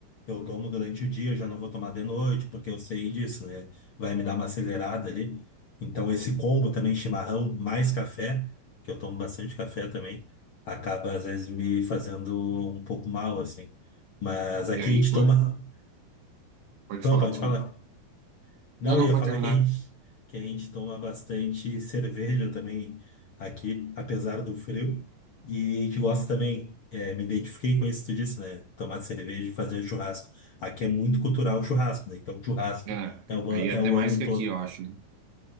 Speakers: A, on the left; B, on the right.
A: Eu tomo durante o dia, eu já não vou tomar de noite, porque eu sei disso, né? Vai me dar uma acelerada ali. Então, esse combo também, chimarrão mais café, que eu tomo bastante café também, acaba às vezes me fazendo um pouco mal, assim. Mas aqui
B: E aí,
A: a gente
B: pô,
A: toma. <laughs>
B: pode
A: Não,
B: falar,
A: pode
B: desculpa.
A: falar. Não,
B: Não, não,
A: eu ia
B: pode
A: falar
B: terminar.
A: que a gente, que a gente toma bastante cerveja também aqui, apesar do frio. E a gente gosta também, é, me identifiquei com isso que tu disse, né? Tomar cerveja e fazer churrasco. Aqui é muito cultural o churrasco, né? Então, o churrasco
B: É,
A: é, uma,
B: aí é
A: é
B: até
A: o
B: mais
A: ano
B: que
A: todo.
B: aqui, eu acho, né?